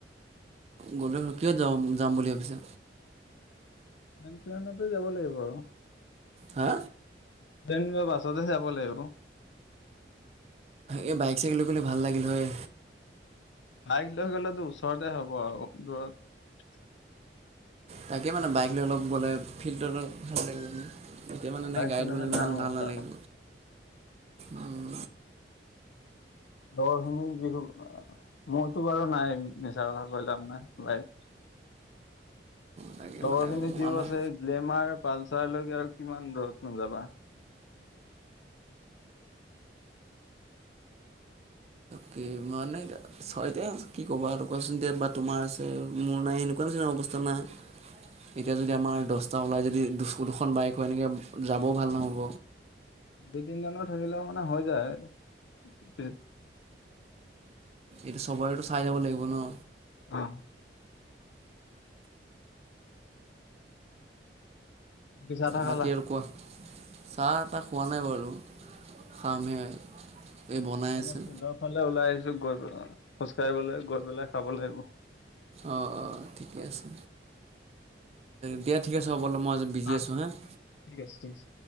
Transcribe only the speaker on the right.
গ'লে কিহত যাম বুলি ভাবিছা?
হা।
এই বাইক চাকেল লৈ গ'লে ভাল লাগিল হয়।
তাকে মানে বাইক লৈ অলপ গ'লে ফিল্ডত ভাল লাগিব মানে, এতিয়া মানে নাই
গাড়ীত
গ'লে ইমান
ভাল নালাগিব।
উম।
তাকে
মানে
আমাৰ
কি মানে ছ এতি কি ক'বা আৰু কোৱাচোনতি বা তোমাৰ আছে মোৰ নাই এনেকুৱা নিচি অৱস্থা নাই। এতিয়া যদি আমাৰ দহটা ওলাই যদি দু দুখন বাইক হয় এনেকৈ যাবও ভাল নহ'ব।
এইটো চবৰেটো চাই যাব লাগিব ন।
বাকী
আৰু কোৱা চাহ তাহ খোৱা নাই বাৰু খামহে। এই বনাই
আছে
অ অ ঠিকে আছে দিয়া ঠিক আছে হ'ব। মই অলপ আজি
বিজি আছোঁ হয়নে।